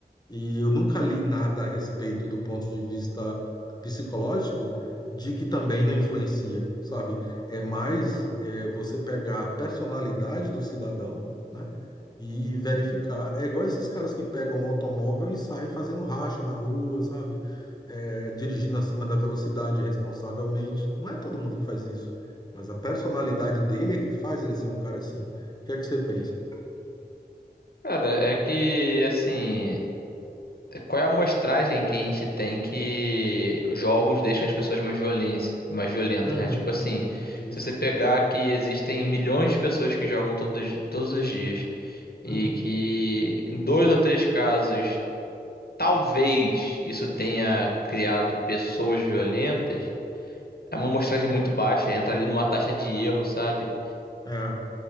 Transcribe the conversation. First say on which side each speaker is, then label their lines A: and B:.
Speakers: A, on the left (about 25°); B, on the left (about 65°).
A: E eu nunca li nada a respeito do ponto de vista psicológico de que também não influencia, sabe? É mais é, você pegar a personalidade do cidadão, né? E verificar. É igual esses caras que pegam um automóvel e saem fazendo racha na rua, sabe? É, dirigindo acima da velocidade responsavelmente. Não é todo mundo que faz isso, mas a personalidade dele é que faz ele ser um cara assim. O que é que você pensa?
B: Cara, é que, assim, qual é a amostragem que a gente tem que jogos deixam as pessoas mais violência, mais violentas,
A: Uhum,
B: né? Tipo assim,
A: isso.
B: se você pegar que existem milhões de pessoas que jogam todos, todos os dias e
A: Uhum,
B: que em dois ou três casos talvez isso tenha criado pessoas violentas, é uma amostragem muito baixa, entra ali numa taxa de erro, sabe?
A: é,